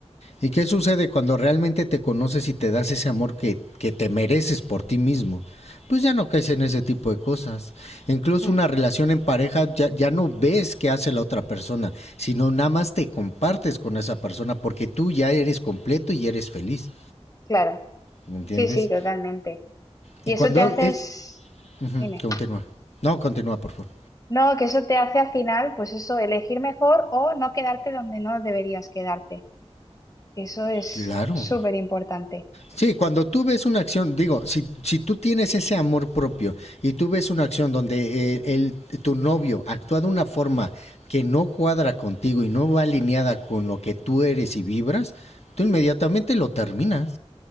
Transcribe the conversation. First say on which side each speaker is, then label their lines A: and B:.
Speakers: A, on the left; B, on the left.
A: ¿Y qué sucede cuando realmente te conoces y te das ese amor que, que te mereces por ti mismo? Pues ya no caes en ese tipo de cosas. Incluso
B: Mm,
A: una relación en pareja ya, ya no ves qué hace la otra persona, sino nada más te compartes con esa persona porque tú ya eres completo y eres feliz.
B: claro,
A: ¿Me entiendes?
B: sí, sí, totalmente. Y
A: Y cuando
B: eso te hace,
A: es...
B: es-
A: Ujú,
B: dime,
A: continúa. No, continúa, por favor.
B: no, que eso te hace al final, pues eso, elegir mejor o no quedarte donde no deberías quedarte. Eso es
A: Claro,
B: súper importante.
A: Sí, cuando tú ves una acción, digo, si, si tú tienes ese amor propio y tú ves una acción donde eh, el, tu novio actúa de una forma que no cuadra contigo y no va alineada con lo que tú eres y vibras, tú inmediatamente lo terminas.